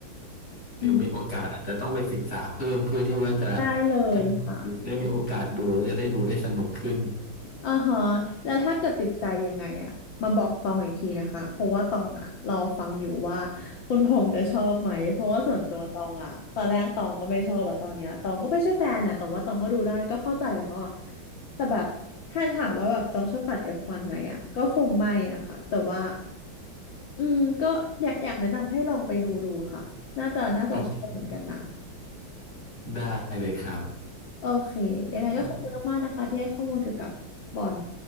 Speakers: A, on the left; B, on the left.
A: ถึงมีโอกาสอาจจะต้องไปศึกษาเพิ่มเพื่อที่ว่าจะ
B: อือฮึได้เลยค่ะ
A: ถ้าได้มีโอกาสดูแล้วจะได้ดูได้สนุกขึ้น
B: อ่าฮะแล้วถ้าเกิดติดใจยังไงอะมาบอกตองอีกทีนะคะเพราะว่าตองอะรอฟังอยู่ว่าคุณพงษ์จะชอบไหมเพราะว่าส่วนตัวตองอะตอนแรกตองก็ไม่ชอบอะตอนเนี้ยตองก็ไม่ใช่แฟนนะแต่ว่าตองก็ดูได้ก็เข้าใจแล้วอะแต่แบบถ้าถามว่าแบบตองชอบขัน F1 ไหมอะก็คงไม่อะค่ะแต่ว่าอืมก็อยากอยากแนะนำให้ลองไปดูดูค่ะน่าจะน่าจะชอบเหมือนกันนะ
A: โอเคได้เลยครับ
B: โอเคยังไงก็ขอบคุณมากๆนะคะที่ให้ข้อมูลเกี่ยวกับบอล
A: อืม